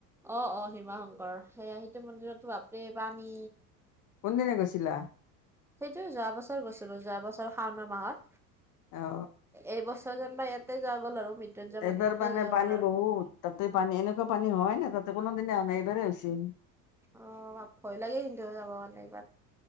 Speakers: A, in the centre; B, on the left.
A: অ', অ', হিমা শংকৰ। সেয়াই সেইতো মন্দিৰতো বাপৰেই পানী।
B: কোনদিনা গৈছিলা।
A: সেইটো যোৱা বছৰ গৈছিলোঁ। যোৱা বছৰ শাওনা মাহত।
B: অ
A: এইবছ তে জানিবা ইয়াতে যোৱা গ'ল আৰু মৃত্যুঞ্জয়
B: এইবাৰ
A: মন্দিৰতে
B: মানে
A: যোৱা
B: পানী
A: গ'ল আৰু
B: বহুত, তাতে পানী এনেকুৱা পানী হোৱাই নাই। তাতে কোনাদিনা হোৱা নাই, এইবাৰ হে হৈছে।
A: অ', ভয় লাগে কিন্তু যাব কাৰনে এইবাৰ।